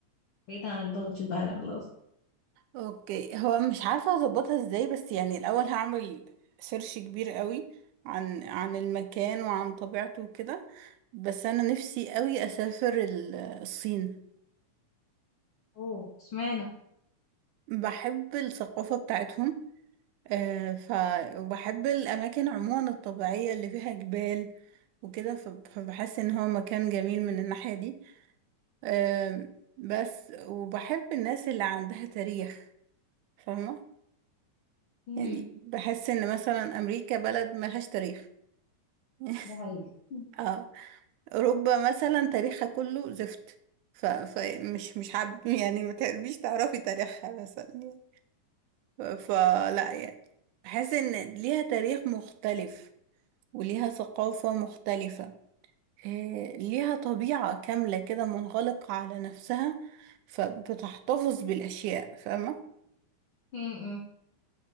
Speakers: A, on the left (about 55°); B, on the right (about 85°).
A: بعيدا عن البادجت بقى خلاص
B: اوكي هو مش عارفة اظبطها ازاي بس يعني الاول هعمل سيرش كبير قوي عن عن المكان وعن طبيعته وكده بس انا نفسي قوي اسافر ال- الصين
A: اوه اشمعنى؟
B: بحب الثقافة بتاعتهم آه، ف وبحب الأماكن عموما الطبيعية اللي فيها جبال وكده ف- فبحس إن هو مكان جميل من الناحية دي آم، بس وبحب الناس اللي عندها تاريخ فاهمة
A: مم.
B: يعني بحس إن مثلا أمريكا بلد ملهاش تاريخ <laughs>
A: ده حقيقي مم.
B: اه أوروبا مثلا تاريخها كله زفت ف... فمش مش حب يعني ما تقربيش تعرفي تاريخها مثلا فلا يعني بحس ان ليها تاريخ مختلف وليها ثقافة مختلفة إيه، ليها طبيعة كاملة كده منغلقة على نفسها فبتحتفظ بالأشياء فاهمة
A: مم.